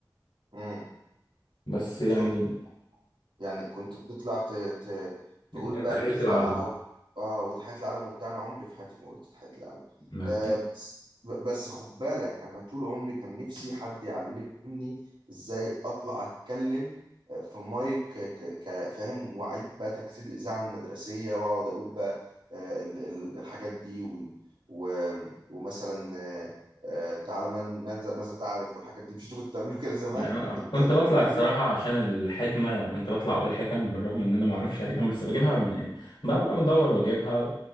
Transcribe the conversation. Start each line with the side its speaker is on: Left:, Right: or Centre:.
Right: امم
Left: بس يعني
Right: شرطه يعني كنت بتطلع ت... ت... تقول
Left: اللي هي
Right: بقى
Left: تحيه
Right: الاذاعه
Left: العلم
Right: اه وتحية العلم وبتاعنا عمري في حياتي ما قلت تحية العلم
Left: ما
Right: آه
Left: كنت
Right: بس ب- بس خد بالك انا طول عمري كان نفسي حد يعلمني ازاي اطلع اتكلم آه، في مايك ك- ك- كفاهم واعيد بقى تجسيد الاذاعه المدرسيه واقعد اقول بقى آه، ال- ال- الحاجات دي وال و ومثلا آه، آه، تعالى من من- ذا- ماذا تعرف والحاجات دي مش انتوا كنتوا بتعملوا كده زمان
Left: أنا
Right: <laughs> كنت
Left: كنت
Right: بقول
Left: بطلع
Right: الحاجات
Left: الصراحه عشان الحكمه يعني كنت بطلع اقول حكم بالرغم ان انا ما اعرفش حكم بس بجيبها من يعني ببقى بدور واجيبها